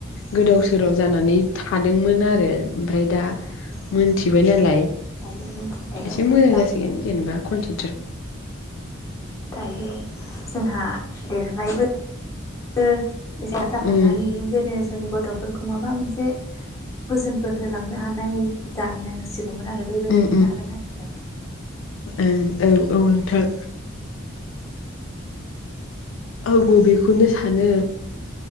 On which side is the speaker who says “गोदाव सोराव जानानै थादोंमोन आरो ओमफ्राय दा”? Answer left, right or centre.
Left